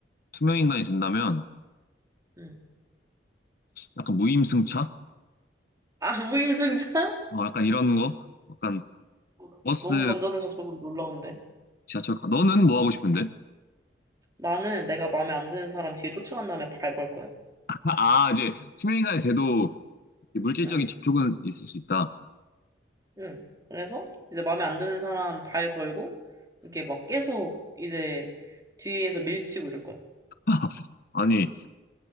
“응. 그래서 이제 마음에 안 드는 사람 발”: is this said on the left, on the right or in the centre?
Right